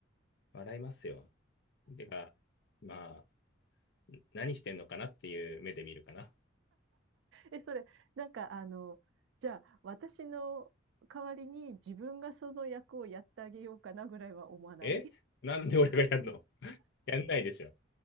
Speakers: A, on the left (about 60°); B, on the right (about 70°).
A: 笑いますよ。てか、まあ、何してんのかなっていう目で見るかな。
B: え、それ、なんか、あの、じゃあ、私の代わりに自分がその役をやってあげようかなぐらいは思わない
A: えなんで俺がやるの
B: <laughs>
A: <laughs> やんないでしょ。